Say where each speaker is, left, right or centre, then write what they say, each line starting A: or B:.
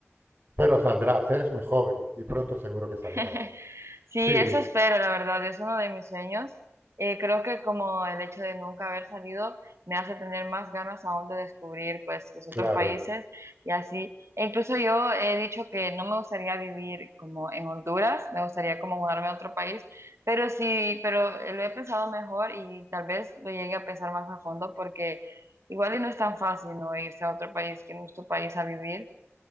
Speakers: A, on the right; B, on the right.
A: Pero saldrás, eres muy joven y pronto seguro que saldrás.
B: <laughs> Sí,
A: Sí,
B: eso espero, la verdad, es uno de mis sueños. Eh, creo que como el hecho de nunca haber salido me hace tener más ganas aún de descubrir pues los otros
A: claro.
B: países y así. E incluso yo he dicho que no me gustaría vivir como en Honduras, me gustaría como mudarme a otro país, pero sí, pero eh, lo he pensado mejor y tal vez lo llegue a pensar más a fondo porque igual y no es tan fácil no irse a otro país que no es tu país a vivir.